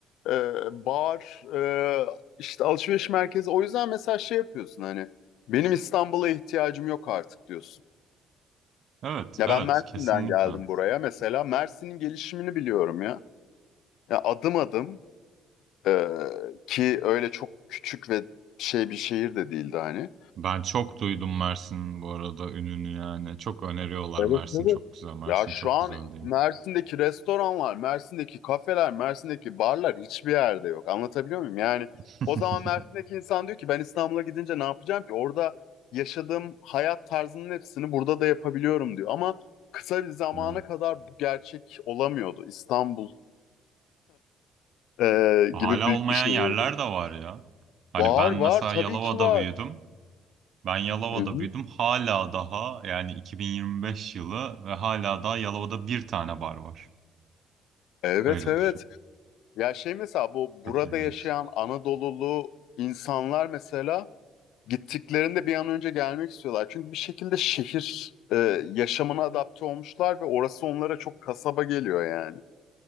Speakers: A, on the left (about 85°); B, on the right (about 50°).
A: e, bar, e, işte alışveriş merkezi. O yüzden mesela şey yapıyorsun hani, benim İstanbul'a ihtiyacım yok artık diyorsun.
B: Evet,
A: Ya
B: evet
A: ben Mersin'den
B: kesinlikle.
A: geldim buraya mesela. Mersin'in gelişimini biliyorum ya. Ya adım adım e, ki öyle çok küçük ve şey bir şehir de değildi hani.
B: Ben çok duydum Mersin'in bu arada ününü yani. Çok öneriyorlar
A: Evet
B: Mersin
A: evet.
B: çok güzel, Mersin
A: Ya şu
B: çok
A: an
B: güzel diye.
A: Mersin'deki restoranlar, Mersin'deki kafeler, Mersin'deki barlar hiçbir yerde yok. Anlatabiliyor muyum? Yani
B: <laughs>
A: o zaman Mersin'deki insan diyor ki ben İstanbul'a gidince ne yapacağım ki? Orada yaşadığım hayat tarzının hepsini burada da yapabiliyorum diyor. Ama kısa bir zamana
B: Evet.
A: kadar bu gerçek olamıyordu. İstanbul e,
B: Hala
A: gibi büyük
B: olmayan
A: bir şehirdi.
B: yerler de var ya. Hani
A: Var
B: ben
A: var
B: mesela
A: tabii
B: Yalova'da
A: ki var.
B: büyüdüm. Ben Yalova'da
A: Hı hı.
B: büyüdüm. Hala daha yani 2025 yılı ve hala daha Yalova'da bir tane bar var.
A: Evet
B: Öyle
A: evet.
B: düşün.
A: Ya şey mesela bu burada
B: Çok ilginç.
A: yaşayan Anadolulu insanlar mesela gittiklerinde bir an önce gelmek istiyorlar. Çünkü bir şekilde şehir e, yaşamına adapte olmuşlar ve orası onlara çok kasaba geliyor yani.